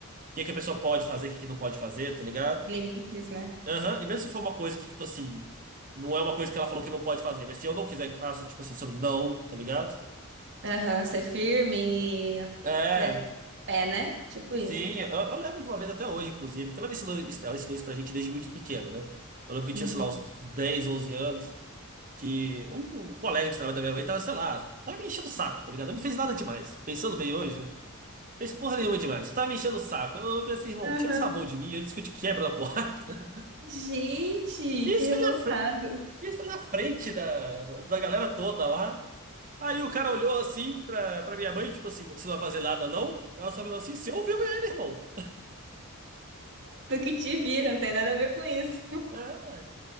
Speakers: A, on the right; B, on the right.
A: o que que a pessoa pode fazer, o que que não pode fazer, tá ligado?
B: Limites, né?
A: Aham, E mesmo se for uma coisa que, tipo assim, não é uma coisa que ela falou que não pode fazer, mas se eu não quiser que faça, tipo assim, sobre não, tá ligado?
B: Aham, ser firme e
A: É,
B: pé, pé, né? Tipo isso.
A: sim, eu, eu lembro de uma vez até hoje, inclusive, que ela me ensinou, isso- ela ensinou isso pra gente desde muito pequeno, né? Eu lembro que eu
B: Uhum.
A: tinha, sei lá, uns 10 11 anos, que um, um colega de trabalho da minha mãe tava, sei lá, tava me enchendo o saco, tá ligado? Ele não fez nada demais. Pensando bem hoje, não fez porra nenhuma demais. Você tava me enchendo o saco. Eu falei assim, irmão,
B: Aham.
A: tira essa mão de mim antes que eu te quebro na porrada. <laughs>
B: Gente,
A: E isso
B: que revoltado.
A: foi na frente, isso foi na frente da, da galera toda lá. Aí o cara olhou assim pra, pra minha mãe, tipo assim, você não vai fazer nada, não? Ela só virou assim, você ouviu ele, irmão?
B: Tu que te vira, não tem nada a ver com isso.
A: É, ué,